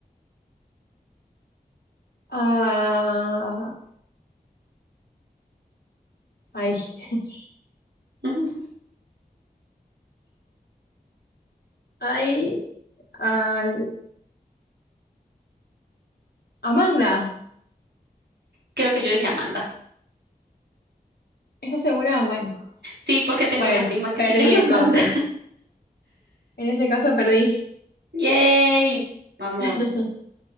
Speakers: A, on the left (about 80°); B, on the right (about 90°).
A: ah, ay, <laughs>
B: <laughs> Ujú.
A: ay, al- Amanda,
B: Creo que yo dije Amanda.
A: ¿estás segura? Bueno,
B: Sí, porque tengo
A: bueno,
B: una prima que
A: perdí
B: se llama
A: entonces,
B: Amanda.
A: en ese caso perdí.
B: <laughs> ¡Yay! Vamos.
A: <laughs>